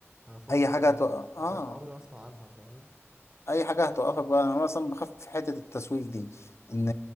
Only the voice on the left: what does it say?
اي
حاجه هتوقع اه
اي حاجه هتوقفك بقى انا مثلا بخاف في حته التسويف دي ان